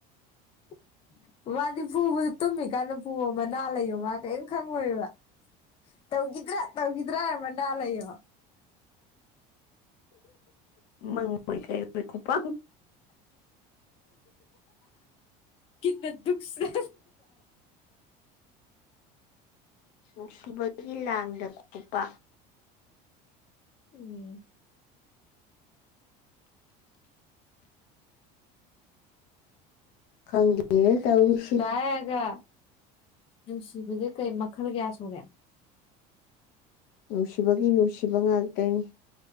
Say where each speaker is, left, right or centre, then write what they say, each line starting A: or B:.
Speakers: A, on the left (about 30°); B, on the left (about 65°).
A: <inaudible> ꯃꯥꯗꯤ ꯐꯨꯕꯗꯣ ꯇꯨꯝꯃꯤꯀꯥꯟꯗ ꯄꯨꯑꯣ ꯃꯅꯥ ꯂꯩꯌꯣ ꯃꯥ ꯀꯔꯤꯝ ꯈꯪꯉꯣꯏꯕ ꯇꯧꯈꯤꯗ꯭ꯔꯥ ꯇꯧꯈꯤꯗ꯭ꯔꯥ ꯍꯥꯏ ꯃꯅꯥ ꯂꯩꯌꯣ
B: ꯃꯪꯉꯣꯏꯈꯩ ꯑꯩꯣꯏ ꯈꯣꯄ
A: ꯀ ꯗꯨꯈ
B: ꯅꯨꯡꯁꯤꯕꯒꯤ ꯂꯥꯡꯗ ꯀꯣꯛꯄ
A: ꯎꯝ
B: ꯍꯪꯦ ꯇꯧꯁꯤ
A: ꯍꯒ ꯅꯨꯡꯁꯤꯕꯁꯦ ꯀꯩ ꯃꯈꯜ ꯀꯌꯥ ꯁꯣꯒꯦ
B: ꯅꯨꯡꯁꯤꯕꯒꯤ ꯅꯨꯡꯁꯤꯕ ꯉꯥꯛꯇꯅꯤ